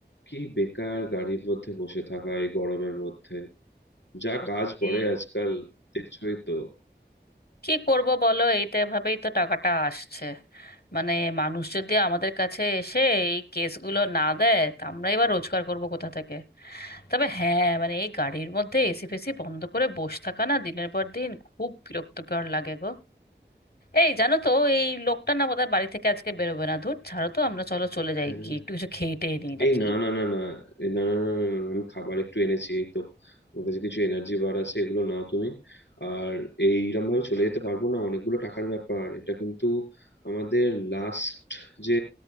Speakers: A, on the left (about 85°); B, on the left (about 60°).
A: কি বেকার গাড়ির মধ্যে বসে থাকা এই গরমের মধ্যে যা
B: সত্যি।
A: কাজ পড়ে আজকাল দেখছোই তো
B: কি করব বলো এইটা এভাবেই তো টাকাটা আসছে মানে মানুষ যদি আমাদের কাছে এসে এই কেসগুলো না দেয় তা আমরা এবার রোজগার করব কোথা থেকে তবে হ্যাঁ মানে এই গাড়ির মধ্যে এসি ফেসি বন্ধ করে বসে থাকা না দিনের পর দিন খুব বিরক্তকর লাগে গো এই জানো তো এই লোকটা না বোধহয় বাড়ি থেকে আজকে বেরোবে না ধুর ছাড়ো তো আমরা চলো চলে যাই
A: হ্যাঁ
B: গিয়ে একটু কিছু খেয়ে টেয়ে নিই নাকি
A: এই না না না না এই না না না না না, না, আমি খাবার একটু এনেছি এই তো আমার কাছে কিছু এনার্জি বার আছে এগুলো নাও তুমি আর এইরকম ভাবে চলে যেতে পারবো না অনেকগুলো টাকার ব্যাপার এটা কিন্তু আমাদের লাস্ট যে